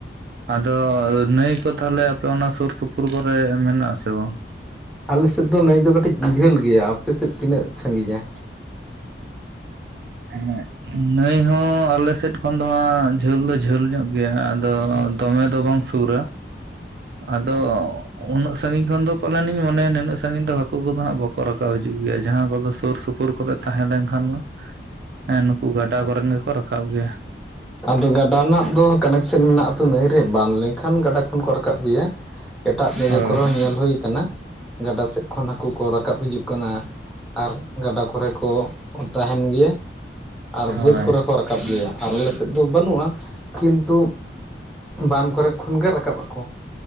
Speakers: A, on the right (about 60°); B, in the centre.
A: ᱟᱫᱚ ᱱᱟᱹᱭ ᱠᱚ ᱛᱟᱦᱞᱮ ᱟᱯᱮ ᱚᱱᱟ ᱥᱩᱨ ᱥᱩᱯᱩᱨ ᱠᱚᱨᱮ ᱢᱮᱱᱟᱜ ᱟᱥᱮ ᱵᱟᱝ?
B: ᱟᱞᱮ ᱥᱮᱫ ᱫᱚ ᱱᱟ. ᱭ ᱫᱚ ᱠᱟᱹᱴᱤᱡ ᱡᱷᱟᱹᱞ ᱜᱮᱭᱟ᱾ ᱟᱯᱮ ᱥᱮᱫ ᱛᱤᱱᱟᱹᱜ ᱥᱟᱺᱜᱤᱧᱟ?
A: ᱩᱦᱮᱸᱜ ᱱᱟᱹᱭ ᱦᱚᱸ ᱟᱞᱮ ᱥᱮᱫ ᱠᱷᱚᱱ ᱫᱚ ᱦᱟᱸᱜ ᱡᱷᱟᱹᱞ ᱫᱚ ᱡᱷᱟᱹᱞ ᱧᱚᱜ ᱜᱮᱭᱟ ᱟᱫᱚ ᱫᱚᱢᱮ ᱫᱚ ᱵᱟᱝ ᱥᱩᱨᱟ ᱟᱫᱚ ᱩᱱᱟᱹᱜ ᱥᱟᱺᱜᱤᱧ ᱠᱷᱚᱱ ᱫᱚ ᱯᱟᱞᱮᱱᱤᱧ ᱢᱚᱱᱮᱭᱟ ᱱᱤᱱᱟᱜ ᱥᱟᱺᱜᱤᱧ ᱫᱚ ᱦᱟᱹᱠᱩ ᱠᱚᱫᱚ ᱦᱟᱸᱜ ᱵᱟᱠ ᱠᱚ ᱨᱟᱠᱟᱵ ᱦᱤᱡᱩᱜ ᱜᱮᱭᱟ ᱡᱟᱦᱟᱸ ᱠᱚᱫᱚ ᱥᱩᱨ ᱥᱩᱯᱩᱨ ᱠᱚᱨᱮ ᱛᱟᱦᱮᱸ ᱞᱮᱱᱠᱷᱟᱱ ᱫᱚ᱾ ᱦᱮᱸ ᱱᱩᱠᱩ ᱜᱟᱰᱟ ᱠᱚᱨᱮᱱ ᱜᱮᱠᱚ ᱨᱟᱠᱟᱵ ᱜᱮᱭᱟ᱾
B: ᱟᱫᱚ ᱜᱟᱰᱟ ᱨᱮᱱᱟᱜ ᱫᱚ ᱠᱟᱱᱮᱠᱥᱮᱱ ᱢᱮᱱᱟᱜ ᱟᱛᱚ ᱱᱟᱹᱭ ᱨᱮ ᱵᱟᱱ ᱞᱮᱱᱠᱷᱟᱱ ᱜᱟᱰᱟ ᱠᱷᱚᱱ ᱠᱚ ᱨᱟᱠᱟᱵ ᱜᱮᱭᱟ᱾ ᱮᱴᱟᱜ ᱡᱟᱭᱜᱟ
A: ᱦᱳᱭ
B: ᱠᱚᱨᱮ ᱦᱚᱸ ᱧᱮᱞ ᱦᱩᱭ ᱟᱠᱟᱱᱟ, ᱜᱟᱰᱟ ᱥᱮᱫ ᱠᱷᱚᱱ ᱦᱟᱹᱠᱩ ᱠᱚ ᱨᱟᱠᱟᱵ ᱦᱤᱡᱩᱜ ᱠᱟᱱᱟ᱾ ᱟᱨ ᱜᱟᱰᱟ ᱠᱚᱨᱮ ᱠᱚ ᱛᱟᱸᱦᱮᱱ ᱜᱮᱭᱟ ᱟᱨ
A: ᱦᱳᱭ
B: ᱵᱟᱹᱫᱽ ᱠᱚᱨᱮ ᱠᱚ ᱨᱟᱠᱟᱵ ᱜᱮᱭᱟ, ᱟᱨᱞᱮ ᱡᱳᱠ ᱵᱟᱹᱱᱩᱜᱼᱟ ᱠᱤᱱᱛᱩ ᱵᱟᱱ ᱠᱚᱨᱮ ᱠᱷᱚᱱᱜᱮ ᱨᱟᱠᱟᱵ ᱟᱠᱚ᱾